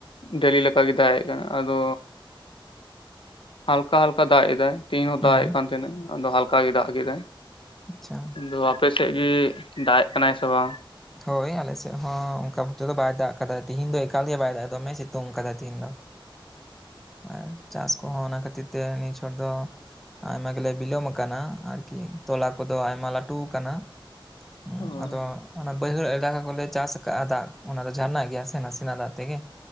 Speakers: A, on the left; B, in the centre.
A: ᱰᱮᱞᱤ ᱞᱠᱟᱜᱮ ᱫᱟᱜ ᱮ ᱠᱟᱱᱟ, ᱟᱫᱚ ᱦᱟᱞᱠᱟ ᱦᱟᱞᱠᱟ ᱫᱟᱜ ᱮᱫᱟᱭ ᱾ ᱛᱤᱦᱤᱧ ᱦᱚᱸ
B: ᱦᱩᱸ
A: ᱫᱟᱜ ᱮᱜ ᱠᱟᱱ ᱛᱟᱦᱮᱸᱱᱟᱭ, ᱟᱫᱚ ᱦᱟᱞᱠᱟ ᱜᱮ ᱫᱟᱜ ᱠᱮᱫᱟᱭ
B: ᱟᱪᱪᱷᱟ
A: ᱟᱫᱚ ᱴᱷᱮᱜ ᱜᱮ ᱫᱟᱜ ᱮᱜ ᱠᱟᱱᱟᱭ ᱥᱮ ᱵᱟᱝ?
B: ᱦᱳᱭ ᱟᱞᱮᱥᱮᱫ ᱦᱚᱸ ᱚᱝᱠᱟ ᱵᱷᱟᱵ ᱛᱮᱫᱚ ᱵᱟᱭ ᱫᱟᱜ ᱠᱟᱫᱟᱭ, ᱛᱤᱦᱤᱱ ᱫᱚ ᱮᱠᱟᱞ ᱜᱮ ᱵᱟᱭ ᱫᱟᱜ ᱮᱫᱟ ᱫᱚᱢᱮ ᱥᱤᱛᱚᱝ ᱠᱟᱫᱟᱭ ᱛᱤᱦᱤᱱ ᱫᱚ ᱾ ᱟᱨ ᱪᱟᱥ ᱠᱚᱦᱚᱸ ᱚᱱᱟ ᱠᱷᱟᱹᱛᱤᱨ ᱛᱮ ᱱᱤ ᱪᱷᱚᱴ ᱫᱚᱼᱼ ᱟᱭᱢᱟ ᱜᱮᱞᱮ ᱵᱤᱞᱚᱢ ᱟᱠᱟᱱᱟ, ᱟᱨᱠᱤ ᱛᱚᱞᱟ ᱠᱚᱫᱚ ᱟᱭᱢᱟ ᱞᱟᱹᱴᱩ ᱟᱠᱟᱱᱟ ᱾ ᱦᱩ
A: ᱚ
B: ᱟᱫᱚᱼᱼ ᱚᱱᱟ ᱵᱟᱹᱭᱦᱟᱹᱲ ᱮᱞᱟᱠᱟ ᱠᱚᱞᱮ ᱪᱟᱥ ᱟᱠᱟᱫᱼᱟ ᱫᱟᱜ ᱚᱱᱟ ᱫᱚ ᱡᱷᱟᱨᱱᱟᱜ ᱜᱮᱭᱟ ᱥᱮ ᱱᱟᱥᱮ ᱱᱟᱜ ᱫᱟᱜ ᱛᱮᱜᱮ ᱾